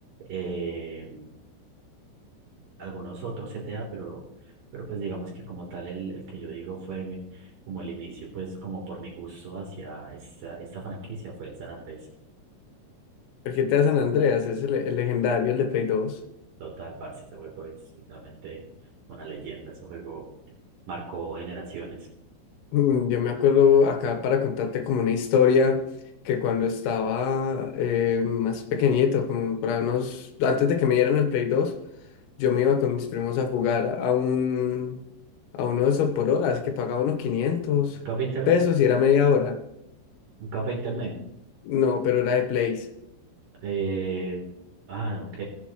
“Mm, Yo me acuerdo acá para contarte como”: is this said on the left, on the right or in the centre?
Left